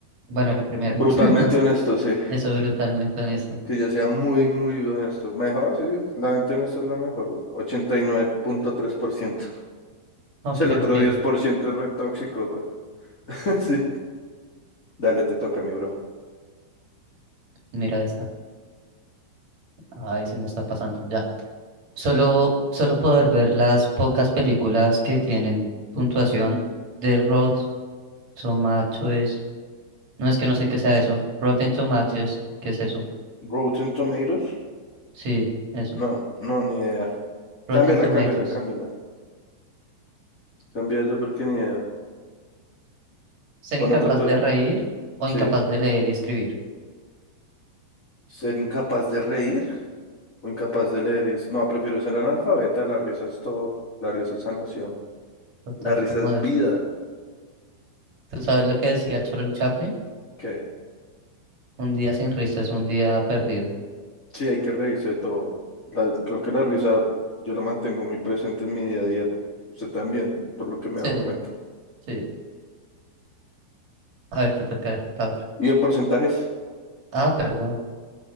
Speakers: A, on the right; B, on the left.
A: Bueno, la primera,
B: Brutalmente
A: <laughs> no sé,
B: honesto, sí,
A: eso brutalmente honesto.
B: que ya sea muy, muy honesto. Mejor, sí, la gente honesta es la mejor, güey. 89.3%.
A: Ok,
B: El otro
A: ok,
B: 10% es re tóxico, güey. <laughs> Dale, te toca, mi bro.
A: mira esta. Ay, se me está pasando, ya. Solo, solo poder ver las pocas películas que tienen puntuación de Rotten Tomatoes. No es que no sé qué sea eso. Rotten Tomatoes, ¿qué es eso?
B: Rotten Tomatoes.
A: Sí, eso.
B: No, no, ni idea.
A: Rotten
B: Cámbiala,
A: Tomatoes.
B: cámbiala, cámbiala. Cambia eso porque ni idea.
A: Ser
B: Pon
A: incapaz
B: otra. pe-
A: de reír o
B: Sí.
A: incapaz de leer y escribir.
B: Ser incapaz de reír o incapaz de leer. y es- No, prefiero ser analfabeta. La risa es todo. La risa es sanación.
A: Total,
B: La risa
A: como
B: es
A: de-
B: vida.
A: ¿Tú sabes lo que decía Charles Chaplin?
B: ¿Qué?
A: Un día sin risas, un día perdido.
B: Sí, hay que reírse de todo. La- Creo que la risa yo la mantengo muy presente en mi día a día. Usted también, por lo que me
A: Sí,
B: he dado cuenta.
A: sí. A ver, te toca la otra.
B: ¿Y de porcentajes?
A: Ah, perdón.